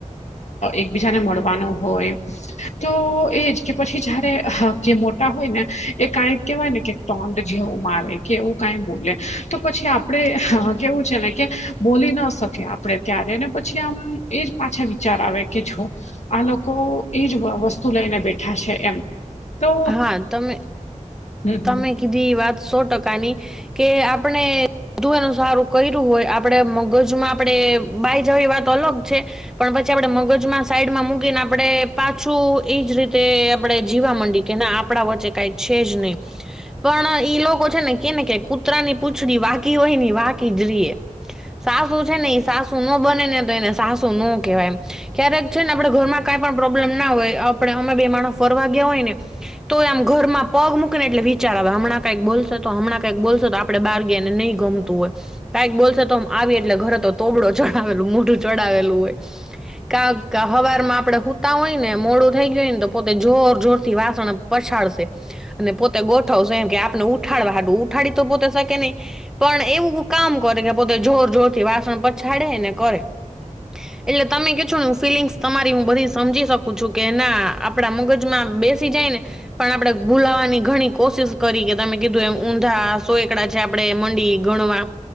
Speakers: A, on the left (about 60°); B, in the centre.
A: એકબીજાને મળવાનું હોય. તો એજ કે પછી જયારે જે મોટા હોય ને એ કઈક કેહેવાય ને કે ટોન્ડ જેવું મારે કે એવું કઈ બોલે તો પછી આપડે કેવું છે ને કે બોલી ના શકે આપડે ત્યારે અને પછી આમ એજ પાછા વિચાર આવે કે જો આ લોકો એજ વસ્તુ લઈને બેઠા છે એમ તો
B: હા તમે
A: હમ
B: તમે કીધી એ વાત સો ટકાની કે આપણે બધું એનું સારું કર્યું હોય આપડે મગજમાં આપડે બાયજવી વાત અલગ છે પણ પછી આપડે મગજમાં સાઈડમાં મૂકીને આપણે પાછું એ જ રીતે આપણે જીવા માંડીએ કે ના આપણા વચ્ચે કાંઈ છે જ નહીં
A: <inaudible>
B: પણ ઈ લોકો છે ને કેને કે કૂતરા ની પૂંછડી વાકી હોય ની વાકી જ રએ સાસુ છે ને એ સાસુ નો બને ને તો એને સાસુ નો કહેવાય ક્યારેક છે ને આપડણે ઘર માં કઈ પણ પ્રોબ્લેમ ના હોય આપણે અમે બે માણસ ફરવા ગયા હોય ને તો એ આમ ઘરમાં પગ મૂકીને એટલે વિચાર આવે હમણાં કંઈક બોલશે તો હમણાં કંઈક બોલશે તો આપ આપ બારગને નહી ગમતું હોય કઈક બોલસે તો આવી એટલે ઘરે તો તોબડો ચડાવેલું મોઢું ચડાવેલું હોય. કાક હવાર માં આપડે હૂતા હોય ને મોડું થઈ ગય હોય ને તો પોતે જોર જોર થી વાસણ પછાડશે અને પોતે ગોઠવશે એમ કે આપને ઉઠાડવા ઉઠાડી તો પોતે શકે નહી પણ એવું હુ કામ કરે કે પોતે જોર જોરથી વાસણ પછાડે ને કરે
A: <inaudible>
B: એટલે તમે કે છો ફિલિંગ્સ તમારી હું બધી સમજી શકું છું કે ના આપણા મગજમાં બેસી જાય ને પણ આપણેે ભુલાવા ઘણી કોશિશ કરી કે તમે કીધું એ ઊંધા સો એકડા છે આપણે મંડી ગણવા.